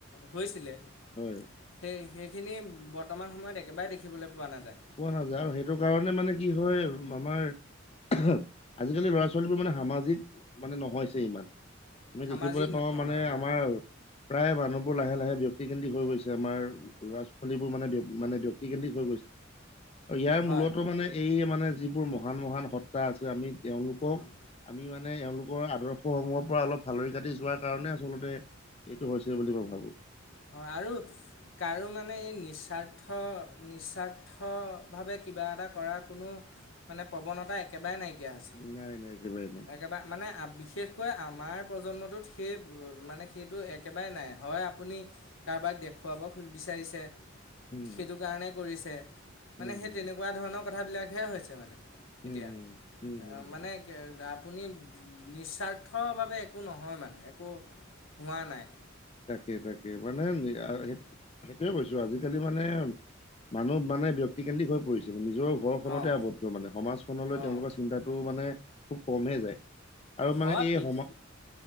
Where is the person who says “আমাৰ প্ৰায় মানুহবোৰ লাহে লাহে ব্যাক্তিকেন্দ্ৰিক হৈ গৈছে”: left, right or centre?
Left